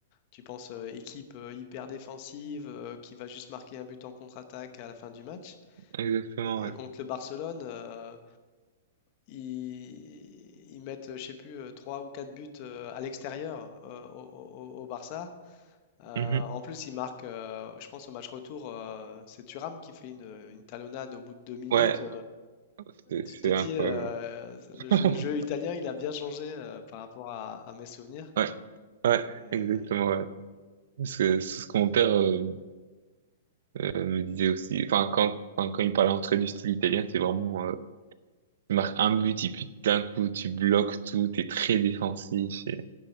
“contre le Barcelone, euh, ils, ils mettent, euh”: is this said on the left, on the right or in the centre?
Left